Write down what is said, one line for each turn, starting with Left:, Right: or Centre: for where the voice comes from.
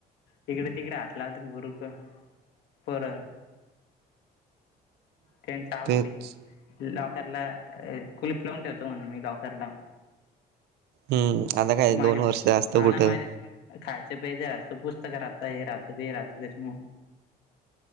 Left: तिकडे तिकडे हातल्या हो बर पर त्यांचा आवडी
Right: तेच
Left: लॉकरला कुलप लावून ठेवतो म्हणून मी लॉकरला
Right: हम्म आता काय
Left: माझे
Right: दोन वर्षस्त
Left: हा
Right: कुठं
Left: ना माझे खायचं प्याय राहतं पुस्तक राहतं हे राहतं ते राहतं त्याच्या म